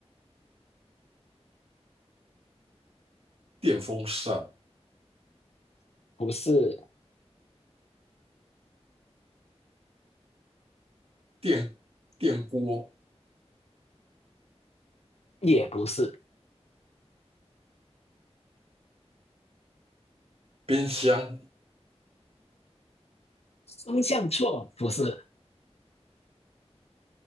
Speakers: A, on the right (about 60°); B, on the left (about 65°).
A: 电风扇、
B: 不是，
A: 电电锅、
B: 也不是，
A: 冰箱，
B: 方向错了，不是。